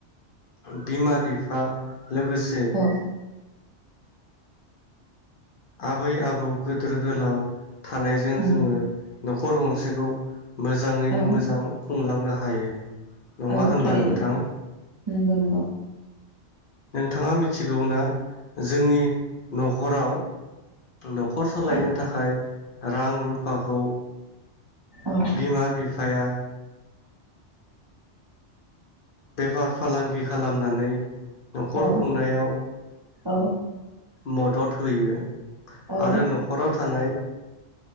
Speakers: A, on the left; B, on the right.
A: बिमा बिफा, लोगोसे
B: औ
A: आबै आबौ गिदोर गोलाव थानायजों
B: उम
A: जोङो, न'खर गंसेखौ मोजाङैनो
B: औ
A: मोजां, खुंलांनो हायो, नङा
B: औ
A: होनबा
B: थारैनो
A: नोंथां,
B: नंगौ नंगौ।
A: नोंथाङा मिथिगौना? जोंनि न'खराव न'खर सालायनो
B: औ
A: थाखाय रां रुफाखौ
B: औ
A: बिमा बिफा आफाया बेफार फालांगि खालामनानै न'खर
B: औ
A: खुंनायाव
B: औ
A: मदद होयो।
B: औ
A: आरो नखर थानाय